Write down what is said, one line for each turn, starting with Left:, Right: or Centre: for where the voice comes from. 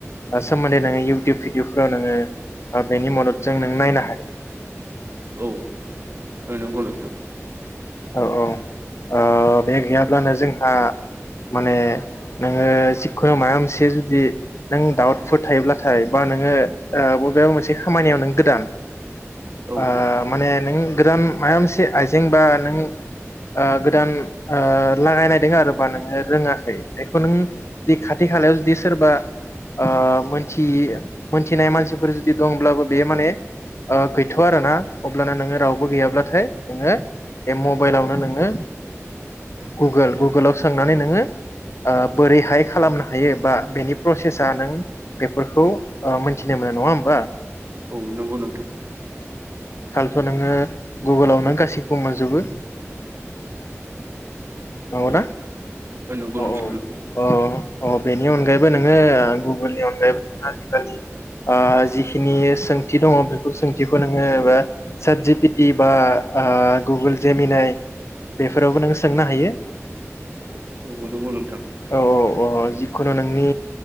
Left: सोमोन्दै नोङो इउटुब भिडिअफोराव नोङो बेनि मददजों नों नायनो हायो।
Right: औ नंगौ नोंथां।
Left: औ-औ ओ बे गैयाब्लानो जोंहा माने ओ जिखुनु माबा मोनसे जुदि नों डाउटफोर थायोब्लाथाय बा नोङो बबेबा मोनसे खामानियाव नों गोदान
Right: औ
Left: आ माने नों गोदान माबा मोनसे आइजें बा नों ओ गोदान ओ लागायनायदों आरो बा नोङो रोङाखै बे-बे खौ नों जि खाथि खालायाव जुदि सोरबा ओ मोनथि मोनथिनाय मानसिफोर जुदि दंब्लाबो बे माने ओ गैथआ आरो ना अब्लाना नोङो रावबो गैयाब्लाथाय नोङो बे मबाइलावनो नोङो गुगोल गुगोलावनो सोंनानै नोङो ओ बोरैहाय खालामनो हायो बा बेनि प्रसेसा नों बेफोरखौ ओ मिथिनो मोनो नङा होमबा?
Right: औ नंगौ नोंथां।
Left: थ नोङो गुगोलावनो गासैखौ मोनजोबो। नंगौना
Right: औ नंगौ।
Left: औ
Right: <unintelligible>
Left: औ अ अ बेनि अनगायैबो नोङो गुगोलनि अनगायैबो आजिखालि ओ जिखिनि सोंथि दङ बेफोर सोंथिखौ नोङो सोटजि पिटि बा गुगोल जेमिनाय बेफोरावबो नोङो सोंनो हायो।
Right: औ नंगौ नोंथां
Left: औ औ औ जि खुनु नोंनि